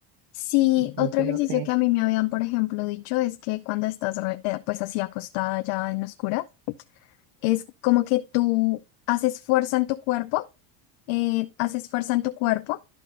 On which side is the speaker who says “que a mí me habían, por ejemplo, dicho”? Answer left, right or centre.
Left